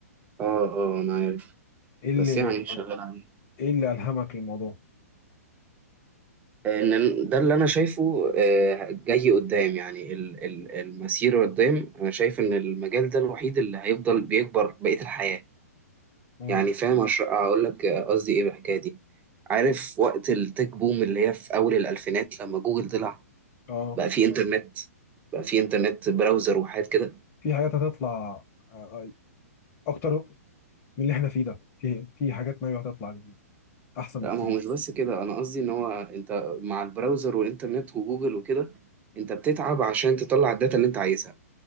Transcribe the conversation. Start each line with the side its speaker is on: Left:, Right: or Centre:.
Right: اه اه انا عارف
Left: إيه اللي
Right: بس يعني شغال عليه
Left: إيه اللي ألهمك للموضوع؟
Right: ان ده اللي انا شايفه آه، جاي قدام يعني ال- ال- المسير قدام انا شايف ان المجال ده الوحيد اللي هيفضل بيكبر بقية الحياة
Left: مم.
Right: يعني فاهم هشر- هقول لك قصدي ايه بالحكاية دي عارف وقت التك بوم اللي هي في اول الالفينات لما جوجل طلع
Left: أه
Right: بقى في انترنت بقى في انترنت براوزر وحاجات كده
Left: في حاجات هتطلع آه، أكتر من اللي إحنا فيه ده في في حاجات ناوية هتطلع أحسن
Right: لا
Left: بكتير
Right: ما هو مش بس كده انا قصدي ان هو انت مع البراوزر والانترنت وجوجل وكده انت بتتعب عشان تطلع الداتا اللي انت عايزها